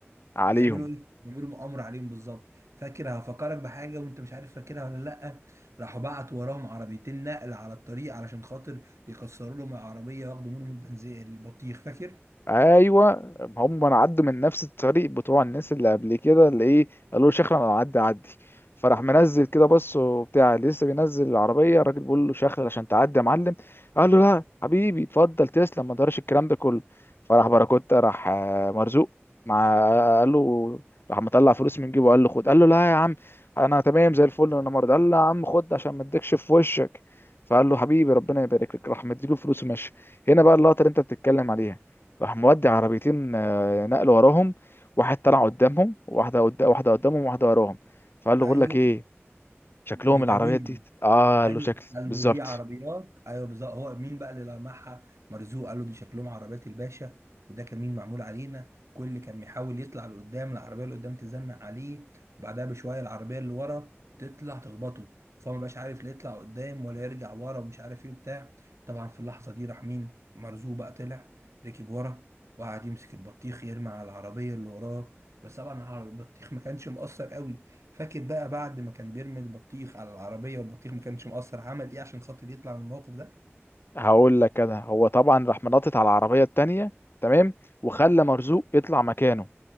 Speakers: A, on the left; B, on the right.
A: عليهم
B: يعملوا ايه يعملوا مؤامره عليهم بالظبط فاكر هفكرك بحاجه وانت مش عارف فاكرها ولا لا راحوا بعت وراهم عربيتين نقل على الطريق علشان خاطر يكسروا لهم العربيه وياخدوا منهم البنزين البطيخ فاكر
A: ايوه هم انا عدوا من نفس الطريق بتوع الناس اللي قبل كده اللي ايه قالوا له شخرا انا عدي عدي فراح منزل كده بص وبتاع لسه بينزل العربيه الراجل بيقول له شخرا عشان تعدي يا معلم قال له لا حبيبي اتفضل تسلم ما دارش الكلام ده كله فراح باراكوتا راح آه، مرزوق مع قال له راح مطلع فلوس من جيبه قال له خد قال له لا يا عم انا تمام زي الفل انا مرضى قال له يا عم خد عشان ما اديكش في وشك فقال له حبيبي ربنا يبارك لك راح مديله فلوس ومشي هنا بقى اللقطه اللي انت بتتكلم عليها راح مودي عربيتين آه، نقل وراهم واحد طلع قدامهم واحده قدام واحده قدامهم واحده وراهم فقال له
B: ايوه
A: بقول لك ايه شكلهم
B: دي كمين
A: العربيات دي اه
B: ايوه
A: قال له شكل
B: قال
A: بالظبط
B: له دي عربيات ايوه بالظبط هو مين بقى اللي لمعها مرزوق قال له دي شكلهم عربيات الباشا وده كمين معمول علينا كل اللي كان بيحاول يطلع لقدام العربيه اللي قدام تزنق عليه وبعدها بشويه العربيه اللي ورا تطلع تخبطه فهو ما بقاش عارف لا يطلع قدام ولا يرجع ورا ومش عارف ايه وبتاع طبعا في اللحظه دي راح مين مرزوق بقى طلع ركب ورا وقعد يمسك البطيخ يرمي على العربيه اللي وراه بس طبعا العربية- البطيخ ما كانش مؤثر قوي فاكر بقى بعد ما كان بيرمي البطيخ على العربية والبطيخ ما كانش مقصر عمل ايه عشان خاطر يطلع من الموقف ده؟
A: هقول لك انا هو طبعا راح منطط على العربيه التانيه تمام وخلى مرزوق يطلع مكانه